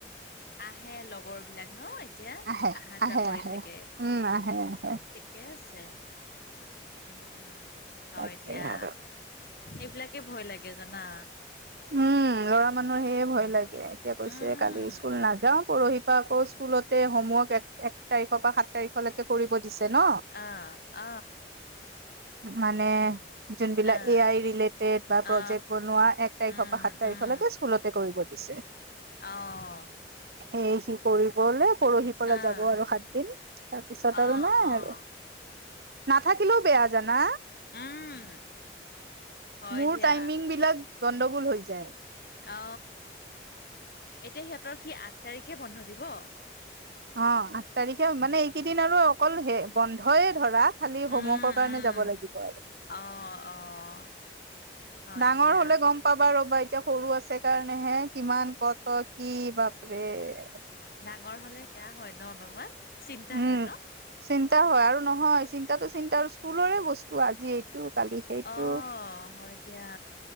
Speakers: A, on the left; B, on the right.
A: আহে লগৰ বিলাক ন। এতিয়া
B: আহে
A: অহা যোৱা
B: আহে
A: কৰি
B: আহে
A: থাকে
B: উম আহে আহে
A: ঠিকে আছে উম, হয়
B: তাকে
A: দিয়া।
B: আৰু
A: এইবিলাকে ভয় লাগে জানা।
B: উম, ল'ৰা মানুহ সেয়ে ভয় লাগে এতিয়া কৈছে
A: উম,
B: কালি স্কুল নাযাও পৰহি আকৌ স্কুলতে হোমৱৰ্ক এক তাৰিখৰ পৰা সাত তাৰিখলৈকে কৰিব। দিছে ন
A: আ আ
B: মানে যোনবিলাক
A: অ',
B: এ আই ৰিলেটেড বা
A: অ',
B: প্ৰজেক্ট বনোৱা। সেই
A: উম,
B: সোপা সাত তাৰিখৰ
A: উম,
B: লৈকে স্কুললতে কৰিব দিছে
A: অ',
B: সেই সি কৰি পৰহি পৰা
A: অ',
B: যাব আৰু সাত দিন তাৰপিছত
A: অ',
B: আৰু নাই
A: অ',
B: আৰু নাথাকিলেও বেয়া জানা।
A: উম, হয়
B: মোৰ
A: দিয়া,
B: টাইমিং বিলাক গণ্ডগোল হৈছে।
A: অ, এতিয়া সিহতৰ কি আঠ তাৰিখে বন্ধ দিব।
B: অ, আঠ তাৰিখে মানে এইকেইদিন আৰু অকল হে বন্ধয়ে ধৰা। খালি
A: উম,
B: হোমৱৰ্কৰ কাৰণে
A: উম।
B: যাব লাগিব
A: অ', অ', হয়
B: ডাঙৰ
A: দিয়া।
B: হলে গম পাবা ৰ'বা এতিয়া সৰু আছে কাৰণে হে কিমান ক'ত কি বাব <unintelligible>
A: ডাঙৰ হলে সেয়া হয় ন অলপমান চিন্তা
B: উম
A: হয় ন।
B: চিন্তা হয় আৰু নহয় চিন্তাটো চিন্তা আৰু স্কুলৰে বস্তু আজি। কালি সেইটো
A: অ হয় দিয়া